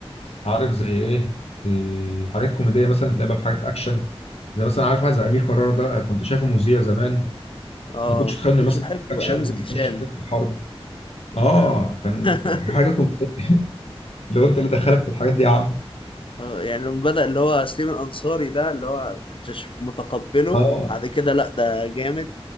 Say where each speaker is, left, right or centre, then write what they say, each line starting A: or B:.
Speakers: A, on the left; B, on the left.
A: عارف زي ايه إيه، حاجات كوميديه مثلا تلاقيها بقى في حاجات اكشن زي مثلا عارف واحد زي امير كرارة ده كنت شايفه مذيع زمان
B: اه
A: ما كنتش اتخيل
B: ما
A: انه
B: كنتش
A: يمثل
B: بحبه
A: حاجات اكشن
B: أيام زكي
A: ويخش
B: شان
A: حاجات حرب اه
B: آه.
A: كان
B: <laughs>
A: حاجه كوميديه لو انت اللي دخلك في الحاجات دي يا عم
B: اه يعني لما بدأ اللي هو سليم الأنصاري ده اللي هو ما كنتش متقبله
A: اه
B: بعد كده لأ ده جامد